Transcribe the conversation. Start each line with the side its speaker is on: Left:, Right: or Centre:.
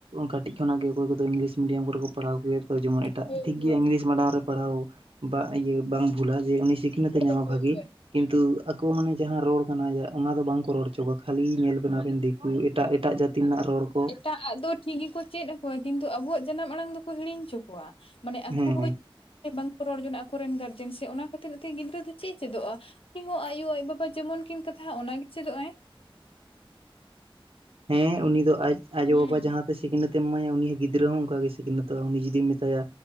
Right: ᱠᱟᱹᱴᱤᱡ ᱠᱷᱚᱱᱟᱜ ᱜᱮ ᱚᱠᱚᱭ ᱠᱚᱫᱚ ᱤᱝᱞᱤᱥ ᱢᱤᱰᱤᱭᱟᱢ ᱠᱚᱨᱮ ᱠᱚ ᱯᱟᱲᱦᱟᱣ ᱟᱹᱜᱩᱭᱮᱫ ᱠᱚᱣᱟ᱾ ᱡᱮᱢᱚᱱ ᱴᱟᱜ
Left: ᱦᱳᱭ
Right: ᱴᱷᱤᱠ
Left: ᱦᱳᱭ
Right: ᱜᱮᱭᱟ ᱤᱝᱞᱤᱥ ᱢᱟᱰᱤᱭᱟᱢ ᱨᱮ ᱯᱟᱲᱦᱟᱣ ᱤᱭᱟᱹ ᱵᱟᱝ ᱵᱷᱩᱞᱟ ᱡᱮ ᱩᱱᱤ ᱥᱤᱠᱷᱱᱟᱹᱛ ᱮ ᱧᱟᱢᱟ
Left: ᱦᱳᱭ ᱦᱳᱭ
Right: ᱵᱷᱟᱜᱮ᱾
Left: ᱦᱳᱭ
Right: ᱠᱤᱱᱛᱩ ᱟᱠᱚ ᱢᱟᱱᱮ ᱡᱟᱦᱟᱸ ᱨᱚᱲ ᱠᱟᱱᱟ, ᱚᱱᱟ ᱫᱚ ᱵᱟᱝ ᱠᱚ ᱨᱚᱲ ᱦᱚᱪᱚ ᱠᱚᱣᱟ᱾ ᱠᱷᱟᱹᱞᱤ ᱧᱮᱞ ᱟᱵᱮᱱ ᱟᱵᱮᱱ ᱫᱤᱠᱩ ᱮᱴᱟᱜ ᱮᱴᱟᱜ ᱡᱟᱹᱛᱤ ᱨᱮᱱᱟᱜ ᱨᱚᱲ ᱠᱚ
Left: ᱮᱴᱟᱜᱼᱟᱜ ᱫᱚ ᱴᱷᱤᱠ ᱜᱮᱠᱚ ᱪᱮᱫ ᱟᱠᱚᱣᱟ ᱠᱤᱱᱛᱩ ᱟᱵᱚᱣᱟᱜ ᱡᱟᱱᱟᱢ ᱟᱲᱟᱝ ᱫᱚᱠᱚ ᱦᱤᱲᱤᱧ ᱦᱚᱪᱚ ᱠᱚᱣᱟ ᱢᱟᱱᱮ ᱟᱠᱚ
Right: ᱦᱮᱸ
Left: ᱦᱚᱸ ᱵᱟᱝᱠᱚ ᱨᱚᱲ ᱡᱚᱱᱟᱜ-ᱟ, ᱟᱠᱚᱨᱮᱱ ᱜᱟᱨᱡᱮᱱ ᱥᱮ ᱚᱱᱟ ᱠᱷᱟᱹᱛᱤᱨ ᱛᱮ ᱜᱤᱫᱽᱨᱟᱹ ᱫᱚ ᱪᱮᱫ ᱮ ᱪᱮᱫᱚᱜᱼᱟ? ᱩᱱᱤ ᱦᱚᱸ ᱟᱭᱳ ᱟᱡ ᱵᱟᱵᱟ ᱡᱮᱢᱚᱱ ᱠᱤᱱ ᱠᱟᱛᱷᱟᱭ ᱚᱱᱟᱜᱮ ᱪᱮᱫᱚᱜ ᱟᱭ᱾
Right: ᱦᱮᱸ ᱩᱱᱤ ᱫᱚ ᱟᱡ ᱟᱭᱳ
Left: ᱦᱩᱸ
Right: ᱵᱟᱵᱟ ᱡᱟᱦᱟᱸ ᱥᱤᱠᱷᱱᱟᱹᱛ ᱮᱢ ᱮᱢᱟᱭᱟ ᱩᱱᱤᱦᱚᱸ ᱜᱤᱫᱽᱨᱟᱹ ᱦᱚᱸ ᱚᱱᱠᱟᱜ ᱜᱮ ᱥᱤᱠᱷᱱᱟᱹᱛ ᱚᱜᱼᱟ᱾ ᱩᱱᱤ ᱡᱩᱫᱤᱢ ᱢᱮᱛᱟᱭᱟ